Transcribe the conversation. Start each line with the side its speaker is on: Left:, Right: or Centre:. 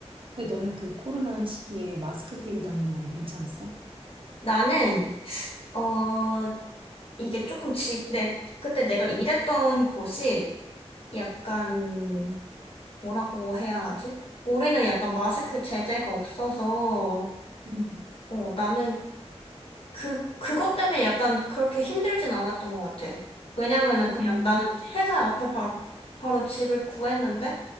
Right: 근데 너는 그 코로나 시기에 마스크 끼고 다니는 건 괜찮았어?
Left: 나는, 어, 이게 조금 지, 내, 그때 내가 일했던 곳이 약간, 뭐라고 해야 하지? 우리는 약간 마스크 제재가 없어서,
Right: 음.
Left: 어, 나는 그, 그것 때문에 약간 그렇게 힘들진 않았던 것 같아. 왜냐면은
Right: 음,
Left: 그냥 나는 회사 앞에 바로, 바로 집을 구했는데,